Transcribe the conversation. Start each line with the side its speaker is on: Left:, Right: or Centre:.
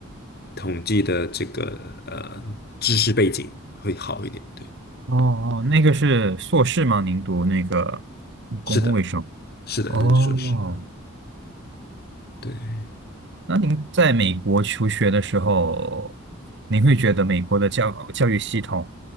Left: 统计的这个呃知识背景会好一点，对，
Right: 哦哦，那个是硕士吗？您读那个嗯公共卫生？
Left: 是的，是的，
Right: 哦，
Left: 是硕士对。
Right: 那您在美国求学的时候，您会觉得美国的教教育系统